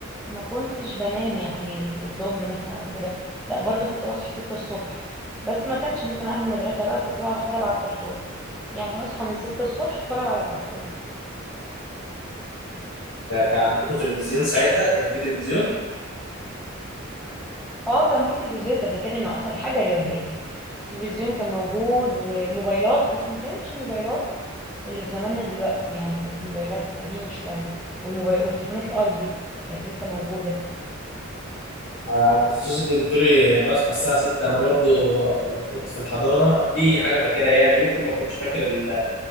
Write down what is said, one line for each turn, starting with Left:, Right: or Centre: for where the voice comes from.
Centre: ما كنتش بنام يعني الظهر مثلا او كده لا برضو كنت بصحى 6 الصبح بس ما كانش بيكون عندي مدرسه بقى كنت بقعد اتفرج على الكرتون يعني بصحى من 6 الصبح اتفرج على كرتون
Left: ده كان عندكم تلفزيون ساعتها كان في تلفزيون
Centre: اه كان في تلفزيون انت فاكرني من العصر الحجري ولا ايه التلفزيون كان موجود والموبايلات بس ما كانتش الموبايلات اللي في زماننا دلوقتي يعني كانت الموبايلات قديمة شوية والموبايل والتليفونات الأرضي كانت لسه موجودة
Left: آه، بخصوص اللي بتقولي بصحى الساعة 6 أنا برضو لما كنت في الحضانة دي حاجة فاكرها يعني ممكن ما كنتش فاكر ال-